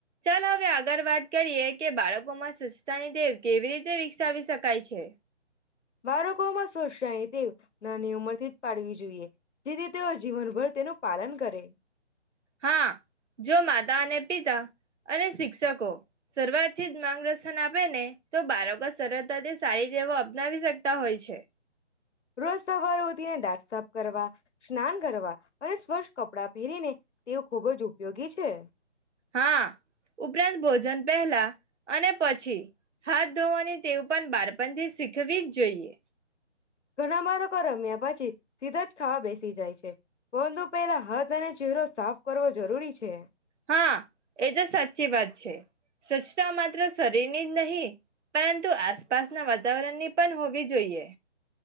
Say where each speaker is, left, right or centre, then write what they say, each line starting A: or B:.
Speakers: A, on the right; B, on the left.
A: ચાલ હવે આગળ વાત કરીએ કે બાળકો માં સ્વસ્તાની તેેવ કેવી રીતે વિકસાવી શકાય છે
B: વાળકોમાં શોષ્યા તે નાની ઉંમરથી જ પાડવી જોઈએ. જેથી તેઓ જીવનભર તેનું પાલન કરે.
A: હા જો માતા અને પિતા અને શિક્ષકો શરૂઆત થી માંગ રસન આપે ને તો બાળકો સરળતાથી સારી ટેવો અપનાવી શકતા હોય છે.
B: રોજ સવાર ઉધીને દાંત સાફ કરવા, સ્નાન કરવા અને સ્વચ્છ કપડાં પહેરીને તેઓ ખૂબ જ ઉપયોગી છે.
A: હા ઉપરાંત ભોજન પહેલા અને પછી હાથ ધોવાની ટેવ પણ બાળપણ થી શીખવી જ જોઈએ.
B: ઘણા બારકો રમ્યા પછી સીધા જ ખાવા બેસી જાય છે. બોંધુ પહેલા હાથ અને ચહેરો સાફ કરવો જરૂરી છે.
A: હા એ તો સાચી વાત છે, સ્વચ્છતા માત્ર શરીરની જ નહીં પરંતુ આસપાસના વાતાવરણની પણ હોવી જોઈએ.